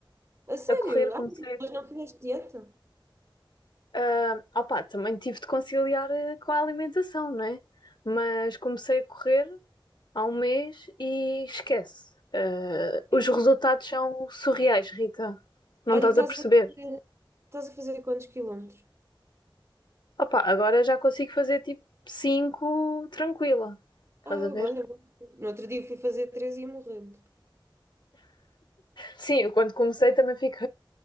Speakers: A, on the right (about 30°); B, on the left (about 60°).
A: A sério?
B: A correr comecei.
A: Ah, mas não fizeste dieta?
B: ah, opá, também tive de conciliar eh, com a alimentação, não é? Mas comecei a correr há um mês e esquece. Ah, os
A: Sim.
B: resultados são surreais, Rita. Não
A: Olha,
B: estás
A: que estás
B: a perceber?
A: a, fazer- estás a fazer quantos quilómetros?
B: Opá, agora já consigo fazer tipo 5 tranquila. Estás
A: Ah,
B: a ver?
A: olha, no outro dia fui fazer três e ia morrendo.
B: Sim, eu quando comecei também fico.